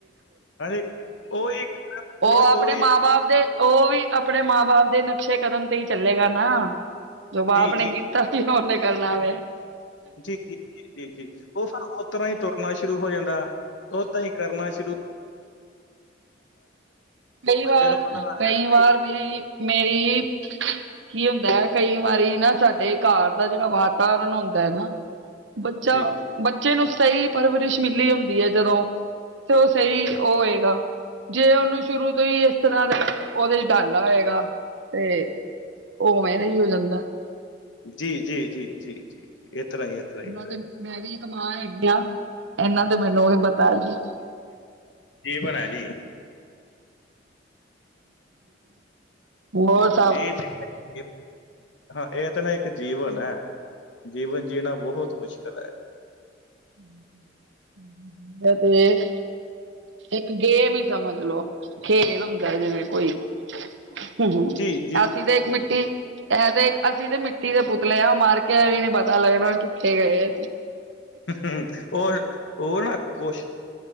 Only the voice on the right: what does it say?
ਉਹ
ਆਪਣੇ
ਮਾਂ ਬਾਪ ਦੇ ਉਹ ਵੀ ਅਪਣੇ ਮਾਂ-ਬਾਪ ਦੇ ਨਕਸ਼ੇ ਕਦਮ ਤੇ ਹੀ ਚੱਲੇਗਾ ਨਾ ਜੋ ਬਾਪ
ਨੇ ਕੀ ਤਾਤੀਹਾ ਓਨੇ ਕਰਨਾ ਦੇ।
ਕਈ
ਵਾਰ,
ਕਈ
ਵਾਰ ਮੇਰੀ, ਮੇਰੀ ਕੀ ਹੁੰਦਾ ਕਈ ਵਾਰੀ ਨਾ ਸਾਡੇ ਘਾਰ ਦਾ ਜੇੜਾ ਵਾਤਾਵਰਨ ਹੁੰਦਾ ਨਾ ਬੱਚਾ
ਬ
ਬੱਚੇ ਨੂੰ ਸਈ ਪਰਵਰਿਸ਼ ਮਿਲੀ ਹੁੰਦੀ ਐ ਜਦੋਂ ਤੇ ਓ ਸਈ ਓ ਹੋਏਗਾ। ਜੇ ਉਨੂੰ ਸ਼ੁਰੂ ਤੋਂ ਈ ਇਸ ਤਰਾ ਦਾ ਉਦੇ ਚ ਡਾਲਾ ਹੋਏਗਾ ਤੇ ਉਹ ਮੈਂਨਜ ਈ ਹੋ ਜਾਂਦਾ।
ਉਹਨਾਂ
ਤੇ ਮੈਂ ਵੀ ਇੱਕ ਮਾਂ ਐਗੀ ਆਂ, ਐਨਾ ਤੇ ਮੈਨੂੰ ਵੀ ਪਤਾ ਏ ਜੀ। <inaudible>
ਬਹੋਤ
ਹੂੰ-ਹੂੰ <inaudible> ਇਹ ਦੇਖ ਇੱਕ ਗੇਮ ਹੀ ਸਮਝ ਲਓ। ਖੇਲ ਹੁੰਦਾ ਜਿਵੇਂ ਕੋਈ ਹ
ਅਸੀਂ ਤਾਂ ਇੱਕ
ਮਿੱਟੀ ਐ ਤੇ ਇਕ ਅਸੀਂ ਤੇ ਮਿੱਟੀ ਦੇ ਪੁਤਲੇ ਆ ਮਰ ਕੇ ਵੀ ਨੀ ਪਤਾ ਲੱਗਣਾ ਕਿੱਥੇ ਗਏ ਆ